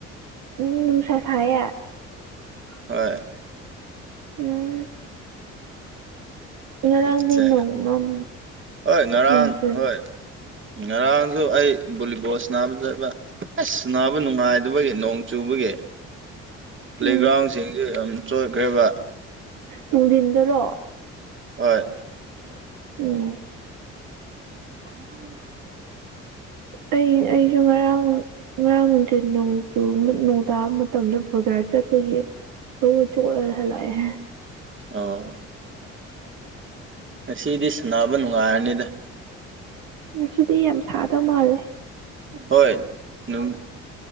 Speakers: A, on the right (about 75°); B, on the right (about 35°).
A: ꯎꯝ ꯃꯅꯨꯡꯁꯥ ꯁꯦ
B: ꯍꯣꯏ
A: ꯎ ꯉꯔꯥꯡꯗꯤ
B: ꯑꯠꯆꯥ
A: ꯅꯣꯡ ꯃꯝ
B: ꯍꯣꯏ ꯉꯔꯥꯡ
A: ꯅꯣꯡ ꯆꯨꯏ
B: ꯍꯣꯏ ꯉꯔꯥꯡꯁꯨ ꯑꯩ ꯕꯣꯂꯤꯕꯣꯁ ꯅꯥꯕ ꯆꯠꯕ ꯑꯁ ꯁꯥꯟꯅꯕ ꯅꯨꯡꯉꯥꯏꯗꯕꯒꯤ ꯅꯣꯡ ꯆꯨꯕꯒꯤ ꯄ꯭ꯂꯦꯒ꯭ꯔꯥꯎꯟꯁꯤꯡꯁꯨ
A: ꯎꯝ
B: ꯌꯥꯝ ꯆꯣꯏꯈ꯭ꯔꯔꯤꯕ
A: ꯃꯨꯡꯗꯤꯤꯟꯗꯔꯣ
B: ꯍꯣꯏ <inaudible>
A: ꯎꯝ
B: <unintelligible>
A: ꯑꯩ ꯑꯩꯁꯨ ꯉꯔꯥꯡ ꯉꯔꯥꯡ ꯅꯨꯡꯊꯠ ꯅꯣꯡꯨ ꯅꯣꯡ ꯇꯥꯕ ꯃꯇꯝꯗ ꯕꯖꯥꯔ ꯆꯠꯄꯒꯤ ꯇ ꯆ ꯍꯂꯑꯦ
B: ꯑ ꯉꯁꯤꯗꯤ ꯁꯥꯟꯅꯕ ꯅꯨꯡꯉꯥꯏꯔꯅꯤꯗ
A: ꯉ ꯁꯤꯗꯤ ꯌꯥꯝ ꯁꯥꯗꯕ ꯃꯥꯜꯂꯦ
B: ꯍꯣꯏ ꯅ